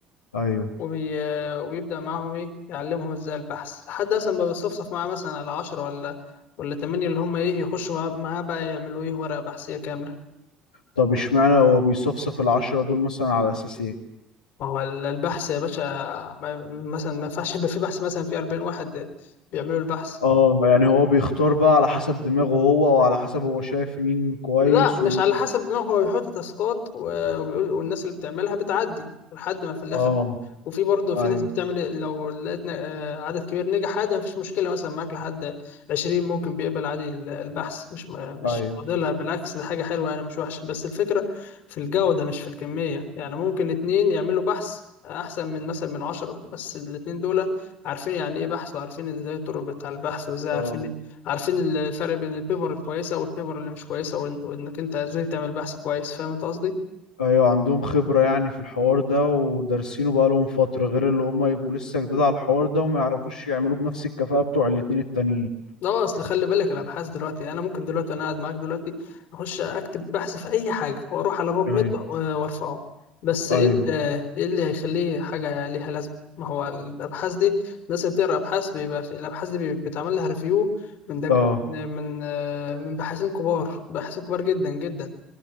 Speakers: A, on the left; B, on the left.
A: ايوه
B: وبي... آه، وبيبدأ معاهم إيه يعلمهم إزاي البحث لحد أصلا ما بيصفصف معاه مثلا على عشرة ولا ولا تمانية اللي هم إيه يخشوا معاه معاه بقى يعملوا إيه ورقة بحثية كاملة
A: طب اشمعنى هو بيصفصف العشرة دول مثلا على اساس ايه
B: ما هو ال- البحث يا باشا ما... مثلا ما ينفعش يبقى في بحث مثلا في أربعين واحد بيعملوا البحث
A: اه يعني هو بيختار بقى على حسب دماغه هو وعلى حسب هو شايف مين كويس
B: لا مش
A: ومين
B: على حسب ان هو بيحط تاسكات و- وبيقول والناس اللي بتعملها بتعدي لحد ما في الاخر
A: اه
B: وفي برضه في
A: ايوه
B: ناس بتعمل إيه، لو لقيت ن- آه، عدد كبير نجح عادي مفيش مشكله مثلا معاك لحد 20 ممكن بيقبل عادي ال- البحث مش م- مش
A: ايوه
B: معضله بالعكس دي حاجه حلوه يعني مش وحشه بس الفكره في الجوده مش في الكميه يعني ممكن اتنين يعملوا بحث احسن من مثلا من عشرة بس الاتنين دول عارفين يعني ايه بحث وعارفين ازاي الطرق بتاع البحث وازاي عارفين
A: اه
B: عارفين الفرق بين البيبر الكويسة والبيبر اللي مش كويسة وإن- وإنك أنت إزاي تعمل بحث كويس فاهم أنت قصدي؟
A: ايوه عندهم خبرة يعني في الحوار ده ودارسينه بقى لهم فترة غير اللي هم يبقوا لسه جداد على الحوار ده وما يعرفوش يعملوه بنفس الكفاءة بتوع الاتنين التانيين
B: لا أصل خلي بالك الأبحاث دلوقتي أنا ممكن دلوقتي وأنا قاعد معاك دلوقتي أخش أكتب بحث في أي حاجة وأروح على باب
A: ايوه
B: ميد وأرفعه بس
A: ايوه
B: إيه ال- إيه اللي هيخليه حاجة ليها لازمة؟ ما هو الأبحاث دي الناس اللي بتقرأ أبحاث بيبقى في الأبحاث دي بي- بيتعمل لها ريفيو من دك...
A: اه
B: من آه، من باحثين كبار باحثين كبار جدا جدا